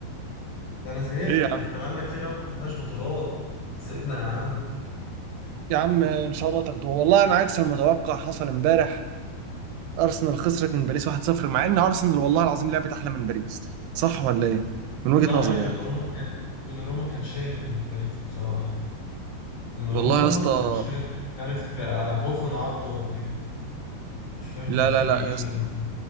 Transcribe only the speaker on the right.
ايه يا عم
يا عم ان شاء الله تاخدوه والله انا عكس المتوقع حصل امبارح ارسنال خسرت من باريس 1-0 مع ان ارسنال والله العظيم لعبت احلى من باريس صح ولا ايه؟ من
وجهة نظري
يعني
والله يا اسطى
لا
لا
لا
يا اسطى